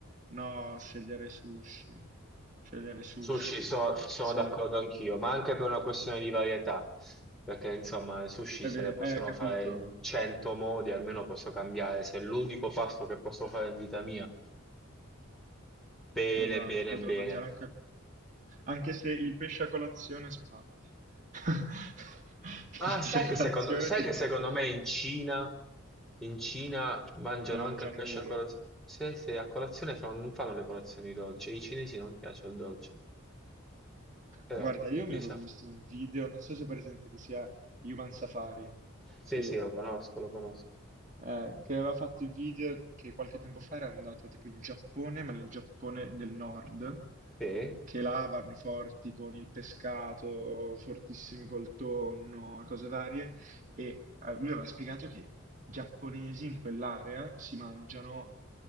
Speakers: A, on the right (about 35°); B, in the centre.
A: no, sceglierei sushi. Sceglierei sushi.
B: Sushi so- sono
A: Sì,
B: d'accordo anch'io, ma anche per una questione di varietà, perché insomma i sushi
A: è
B: se
A: vero,
B: ne possono
A: eh, capito.
B: fare in 100 modi, almeno posso cambiare, se è l'unico pasto che posso fare in vita mia, bene,
A: Esatto,
B: bene,
A: potrò
B: bene.
A: mangiare anche, a- anche se il pesce a colazione spatti. <laughs>
B: Ah,
A: Il
B: sai
A: pesce a
B: che secondo,
A: colazione
B: sai
A: ti
B: che
A: rimane,
B: secondo me in Cina, in Cina mangiano
A: lo mangiano
B: anche il pesce
A: pure.
B: a colazione. Se, se a colazione fanno- non fanno le colazioni dolci, ai cinesi non piace il dolce. Però,
A: Guarda, io
B: chissà.
A: mi ero visto un video, non so se è presente, che sia Human Safari. Sì.
B: Sì, sì, lo conosco, lo conosco.
A: eh, che aveva fatto i video che qualche tempo fa era andato tipo in Giappone, ma nel Giappone del nord,
B: Sì.
A: che là vanno forti con il pescato, fortissimi col tonno, e cose varie, e eh, lui aveva spiegato che i giapponesi in quell'area si mangiano